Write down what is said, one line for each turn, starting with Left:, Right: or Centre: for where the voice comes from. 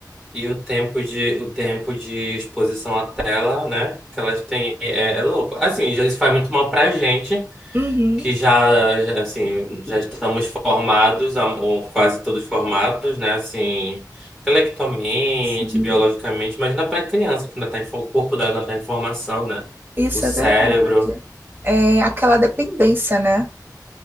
Centre: e o tempo de, o tempo de exposição à tela, né? Que elas têm é, é louco. Assim, já isso faz muito mal pra gente,
Right: Uhum,
Centre: que já, já, assim, já estamos formados, am- ou quase todos formados, né? Assim, intelectualmente,
Right: sim,
Centre: biologicamente, imagina pra criança que ainda tá em, fo- o corpo dela ainda tá em formação, né?
Right: isso
Centre: O cérebro.
Right: é verdade. É aquela dependência, né?